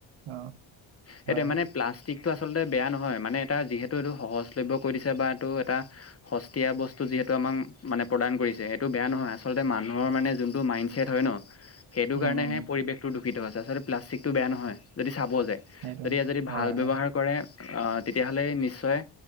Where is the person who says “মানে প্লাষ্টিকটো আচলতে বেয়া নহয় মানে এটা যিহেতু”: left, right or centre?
Left